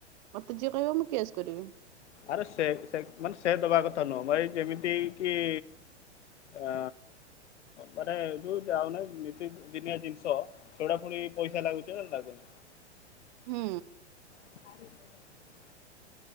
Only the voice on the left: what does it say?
ଆରେ ସେ ସେ ମାନେ ସେ ଦବା କଥା ନୁହଁ ଭାଇ ଯେମିତି କି ଆ ମାନେ ଯଉ ଯାଉନାଇ ନିତିଦିନିଆ ଜିନିଷ ସେଗୁଡା ପୁଣି ପଇସା ଲାଗୁଚି ନା ଲାଗୁନି?
<inaudible>